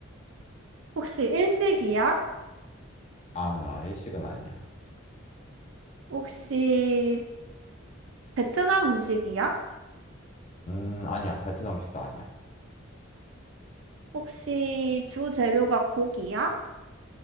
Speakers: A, on the right; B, on the left.
A: 혹시 일식이야?
B: 아니야, 일식은 아니야.
A: 혹시 베트남 음식이야?
B: 음, 아니야, 베트남 음식도 아니야.
A: 혹시 주 재료가 고기야?